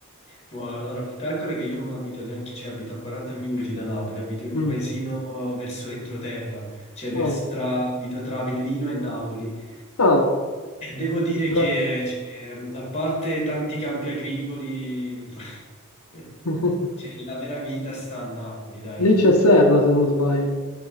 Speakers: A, on the left; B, on the left.
A: Boh, allora, calcola che io non abito neanche, cioè abito a 40 minuti da Napoli, abito in
B: Mm.
A: un paesino verso l'entroterra, cioè vers-
B: Ah,
A: tra, abito tra Avellino e Napoli.
B: ah,
A: E devo dire
B: dai.
A: che, cioè, a parte tanti campi agricoli, <laughs>
B: <laughs>
A: cioè, la vera vita sta a Napoli, dai.
B: Lì c'è Serra, se non sbaglio.